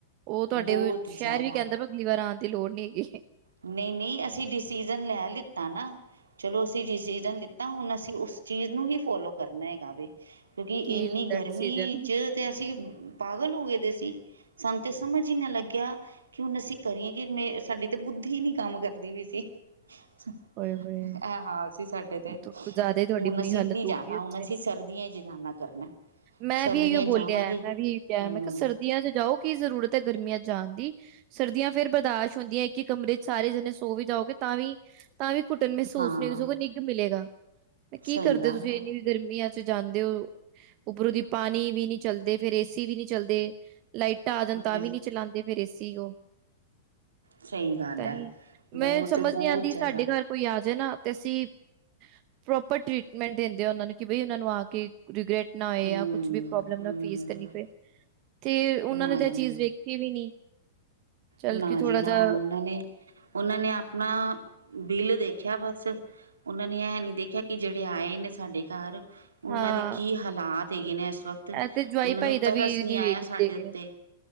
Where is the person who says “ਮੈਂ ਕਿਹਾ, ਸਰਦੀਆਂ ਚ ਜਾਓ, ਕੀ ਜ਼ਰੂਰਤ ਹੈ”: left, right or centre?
Right